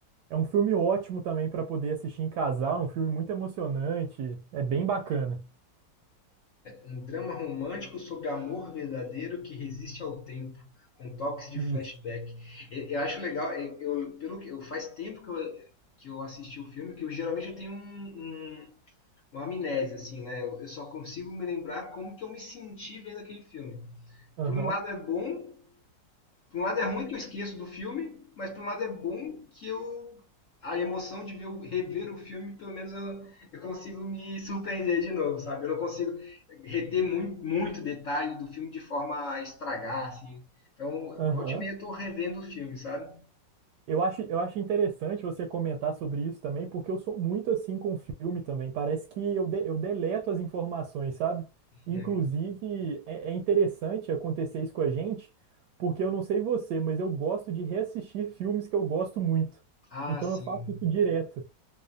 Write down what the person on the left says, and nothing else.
um drama romântico sobre amor verdadeiro que resiste ao tempo, com toques de
flashback. E- Eu, acho legal, e- eu, pelo que, eu, faz tempo que eu, que eu assisti o filme, que eu geralmente eu tenho um, um uma amnésia, assim, né? Eu só consigo me lembrar como que eu me senti vendo aquele filme.
Por um lado é bom, por um lado é ruim que eu esqueço do filme, mas por um lado é bom que eu a emoção de ver, rever o filme, pelo menos eu, eu consigo me surpreender de novo, sabe? Eu não consigo reter muito, muito detalhe do filme de forma a estragar, assim. Então,
volta e meia eu tô revendo o filme, sabe?
É.
Ah,
sim.